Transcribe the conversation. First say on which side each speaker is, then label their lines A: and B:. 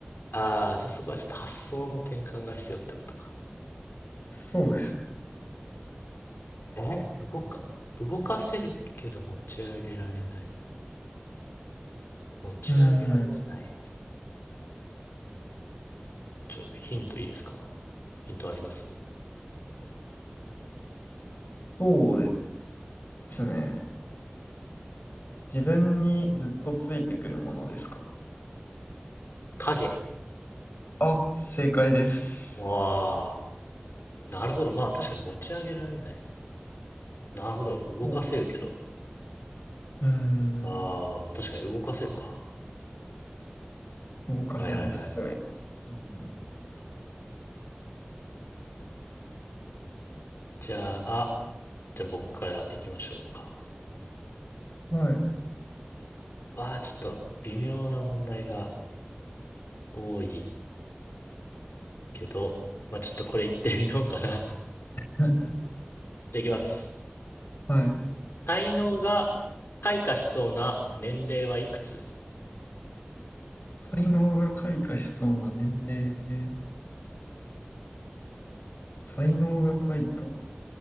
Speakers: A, on the left; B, on the left.
A: ああ、じゃあそこはちょっと発想の転換が必要ってことか。
B: そうですね。
A: え動か、動かせるけど持ち上げられない。持ち上げられない。
B: うーん。
A: ちょ、ヒントいいですかヒントあります
B: そうですね。自分にずっとついてくるものですかね。
A: 影。
B: あ、正解です。
A: ああ、なるほど。まあ確かに持ち上げられない。なるほど。動かせるけど。
B: そう、うーん。
A: ああ、まあ確かに動かせるか。
B: 動かせますね。
A: はいはいはい。
B: うん
A: じゃあ、あ、じゃあ僕から行きましょうか。
B: はい。
A: わあ、ちょっと微妙な問題が多いけど、まあちょっとこれ行ってみようかな。
B: <laughs>
A: <laughs> じゃあ行きます。
B: はい。
A: 才能が開花しそうな年齢はいくつ
B: 才能が開花しそうな年齢。才能が開花。